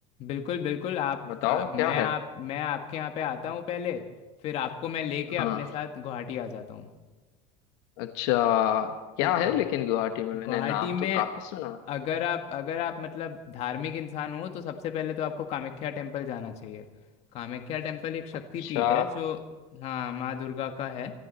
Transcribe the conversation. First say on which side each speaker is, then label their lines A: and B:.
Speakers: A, on the left (about 45°); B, on the left (about 70°).
A: बिल्कुल बिल्कुल आप
B: बताओ
A: आ, मैं
B: क्या है
A: आप मैं आपके यहाँ पे आता हूँ पहले फिर आपको मैं लेके
B: हाँ
A: अपने साथ गुवाहाटी आ जाता हूँ
B: अच्छा क्या
A: तो गुवा-
B: है लेकिन गुवाहाटी में मैंने
A: गुवाहाटी
B: नाम
A: में
B: तो काफी सुना है।
A: अगर आप अगर आप मतलब धार्मिक इंसान हो तो सबसे पहले तो आपको कामाख्या टेम्पल जाना चाहिए कामाख्या टेम्पल एक शक्ति
B: अच्छा
A: पीठ है जो हाँ माँ दुर्गा का है